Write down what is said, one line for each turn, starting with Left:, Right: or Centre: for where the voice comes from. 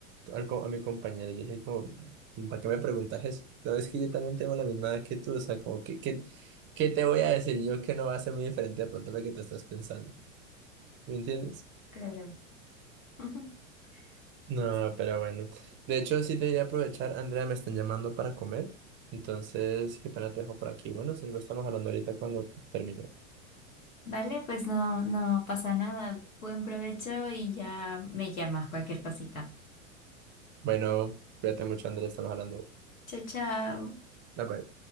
Right: al co- a mi compañera, yo le dije como, ¿para qué me preguntas eso? No, es que yo también tengo la misma edad que tú, o sea, como que, que, ¿qué te voy a decir yo que no va a ser muy diferente de pronto a lo que tú estás pensando? ¿Me entiendes?
Left: Claro. <laughs>
Right: No,
Left: Pues
Right: pero bueno. De hecho, sí te voy a aprovechar, Andrea, me están llamando para comer, entonces, qué pena te dejo por aquí. Bueno, si lo estamos hablando ahorita cuando termine.
Left: Vale, pues no, no pasa nada. Buen provecho y ya me llamas cualquier cosita.
Right: Bueno, cuídate mucho, Andrea, estamos hablando.
Left: Chao, chao.
Right: Bye bye.